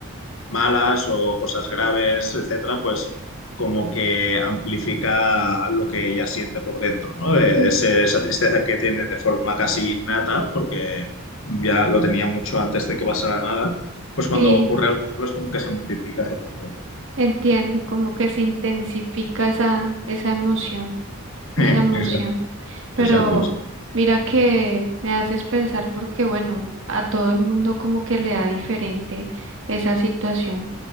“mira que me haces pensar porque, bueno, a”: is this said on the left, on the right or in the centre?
Right